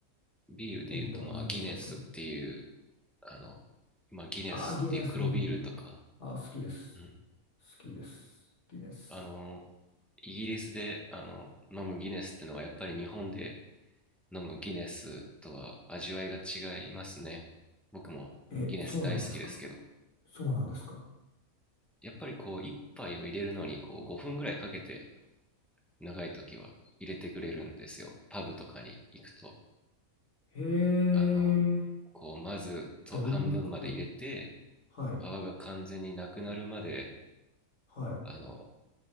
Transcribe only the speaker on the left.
本場なんでしょうけど。
あー、ギネスもな、あー、好きです。
好きです。ギネス。
え、そうなんですか。そうなんですか。
へえ、
どういうことはい、
はい。